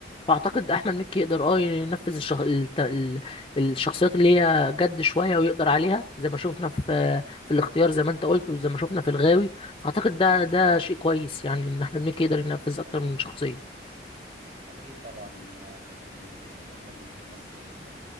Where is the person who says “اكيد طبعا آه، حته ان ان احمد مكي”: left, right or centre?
Right